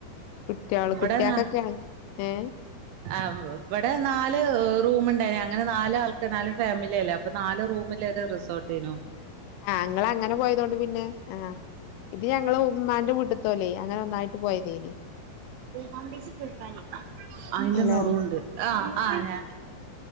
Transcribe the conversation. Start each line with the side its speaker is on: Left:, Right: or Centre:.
Left: കുട്ടികള്
Right: ഇവിടെ
Left: കുട്ടികൾക്കൊക്കെയാണ്
Right: ന
Left: ഏഹ്.
Right: ആഹ് ഇവടെ നാല് റൂമുണ്ടായിന് അങ്ങനെ നാല് ആൾക്ക് നാല് ഫാമിലിയല്ലേ അപ്പൊ നാല് റൂമില്ലൊരു റിസോർട്ടേന്നു.
Left: ആഹ് ഇങ്ങളങ്ങനെ പോയതോണ്ട് പിന്നെ ആഹ് ഇത് ഞങ്ങള് ഉമ്മാന്റെ വീട്ട്ത്തോല്ലേ അങ്ങനെ ഒന്നായിട്ട് പോയതേനി
Right: പാമ്പേഴ്സ് ഇട്ടൊടുക്കാന് അയിന്റെ
Left: ഹലോ
Right: നറൂണ്ട് ആഹ് ആഹ് ഞാന്